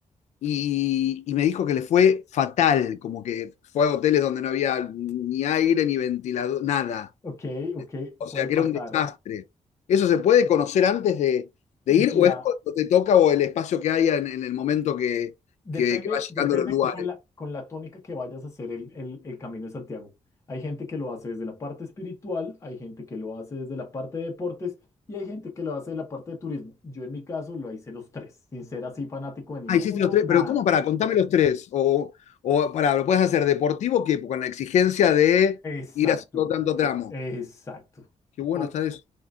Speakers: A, on the left; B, on the left.
A: Y, y me dijo que le fue fatal, como que fue a hoteles donde no había ni aire, ni ventilador, nada
B: Ok, ok,
A: o
B: puede
A: sea, que
B: pasar.
A: era un desastre. ¿Eso se puede conocer antes de, de
B: Mira,
A: ir o es cuando te toca o el espacio que haya en, en el momento que,
B: Depende,
A: que, que va llegando
B: depende
A: a los lugares?
B: con la, con la tónica que vayas a hacer el, el- el Camino de Santiago. Hay gente que lo hace desde la parte espiritual, hay gente que lo hace desde la parte de deportes y hay gente que lo hace de la parte de turismo. Yo en mi caso lo hice los tres, sin ser así fanático de ninguno,
A: Ah, hiciste los tres,
B: nada.
A: pero ¿cómo para? Contame los tres. O, o para, ¿lo puedes hacer deportivo que con la exigencia de
B: Exacto,
A: ir haciendo tanto tramo?
B: exacto.
A: Qué bueno
B: O
A: está eso.